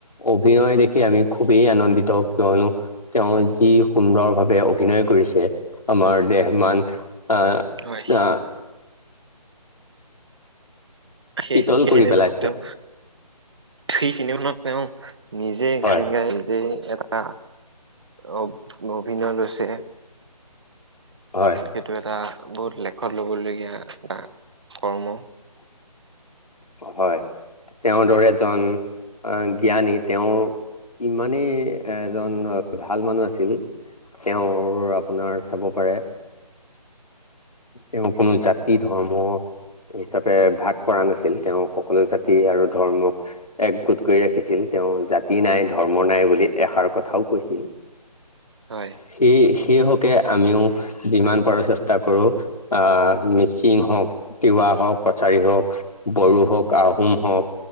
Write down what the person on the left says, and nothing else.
অভিনয় দেখি আমি খুবেই আনন্দিত কিয়নো তেওঁৰ যি সুন্দৰ ভাৱে অভিনয় কৰিছে আমাৰ দেহ মান আহ
-আহ
শীতল
কৰি
পেলাইছে
হয়
হয়
হয়। তেওঁৰ দৰে এজন জ্ঞানী তেওঁ ইমানেই এজন ভাল মানুহ আছিল তেওঁৰ আপোনাৰ চাব পাৰে তেওঁ কোনো জাতি ধৰ্ম হিচাপে ভাগ কৰা নাছিল তেওঁ সকলো জাতি আৰু ধৰ্মক একগোট কৰি ৰাখিছিল। তেওঁ জাতি নাই -ধৰ্ম নাই বুলি এষাৰ কথাও কৈছিল।
সেই- সেই হকে আমিও যিমান পাৰো চেষ্টা কৰোঁ আহ মিচিং হওক, তিৱা হওক, কছাৰী হওক, বড়ো হওক, আহোম হওক